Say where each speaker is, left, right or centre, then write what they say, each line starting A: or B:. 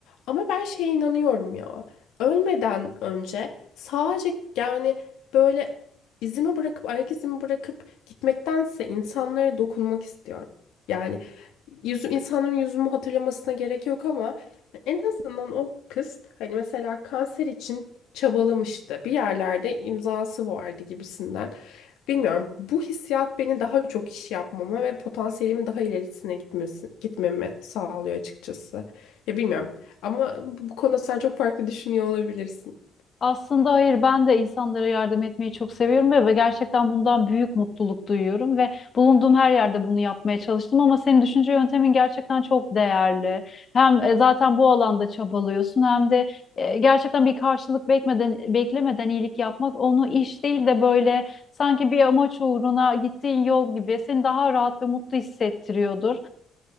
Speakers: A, on the left (about 80°); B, on the left (about 25°).
A: Ama ben şeye inanıyorum ya. Ölmeden önce sadece yani böyle izimi bırakıp ayak izimi bırakıp gitmektense insanlara dokunmak istiyorum. Yani yüzüm insanların yüzümü hatırlamasına gerek yok ama en azından o kız hani mesela kanser için çabalamıştı. Bir yerlerde imzası vardı gibisinden. Bilmiyorum. Bu hissiyat beni daha çok iş yapmama ve potansiyelimin daha ilerisine gitmesi, gitmemi sağlıyor açıkçası. Ya bilmiyorum. Ama bu bu konuda sen çok farklı düşünüyor olabilirsin.
B: Aslında hayır ben de insanlara yardım etmeyi çok seviyorum ve, ve gerçekten bundan büyük mutluluk duyuyorum ve bulunduğum her yerde bunu yapmaya çalıştım ama senin düşünce yöntemin gerçekten çok değerli. Hem e, zaten bu alanda çabalıyorsun hem de e, gerçekten bir karşılık bekmeden, beklemeden iyilik yapmak onu iş değil de böyle sanki bir amaç uğruna gittiğin yol gibi seni daha rahat ve mutlu hissettiriyordur.